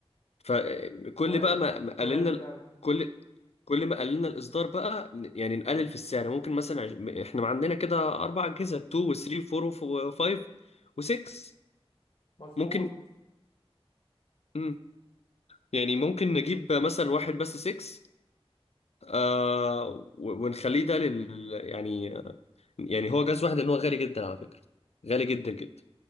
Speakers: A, on the left; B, on the left.
A: فكل
B: وارد
A: بقى ما ما قللنا
B: وارد
A: ال-
B: فعلا
A: كل كل ما قللنا الاصدار بقى ن- يعني نقلل في السعر ممكن مثلا عش- م- احنا ما عندنا كده اربع اجهزه 2 و3 و4 و5 و6
B: مظبوط
A: ممكن مم. يعني ممكن نجيب مثلا واحد بس 6 آه و- ونخليه ده لل يعني يعني هو جهاز واحد لان هو غالي جدا على فكره غالي جدا جدا